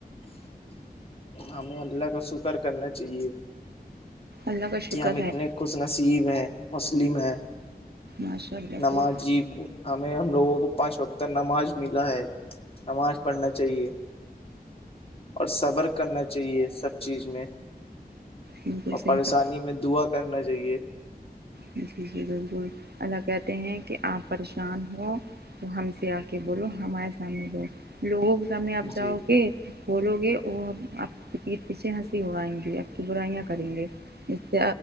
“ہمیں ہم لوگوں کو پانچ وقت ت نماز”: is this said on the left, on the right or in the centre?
Left